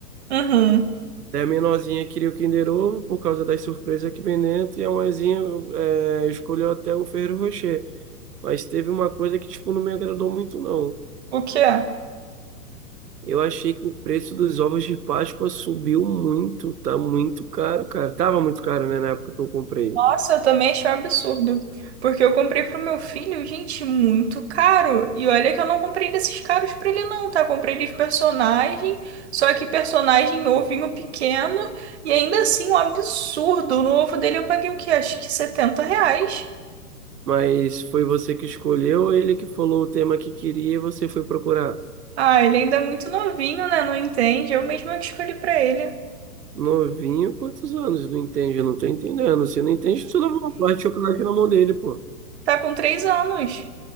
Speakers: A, on the right (about 45°); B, on the right (about 80°).
A: Uhum.
B: Daí a menorzinha queria o Kinder Ovo por causa das surpresas que vem dentro, e a maisinha é, escolheu até o Ferrero Rocher. Mas teve uma coisa que, tipo, não me agradou muito, não.
A: O que é?
B: Eu achei que o preço dos ovos de Páscoa subiu muito, tá muito caro, cara. Tava muito caro, né, na época que eu comprei.
A: Nossa, eu também achei um absurdo. Porque eu comprei pro meu filho, gente, muito caro. E olha que eu não comprei desses caros pra ele, não, tá? Comprei de personagem, só que personagem ovinho pequeno. E ainda assim, um absurdo. No ovo dele eu paguei o quê? Acho que 70 reais.
B: Mas foi você que escolheu, ele que falou o tema que queria e você foi procurar.
A: Ah, ele ainda é muito novinho, né? Não entende. Eu mesma que escolhi pra ele.
B: Novinho, quantos anos? Não entende, eu não tô entendendo. Se não entende, tu dá uma parte de chocolate na mão dele, pô.
A: Tá com 3 anos.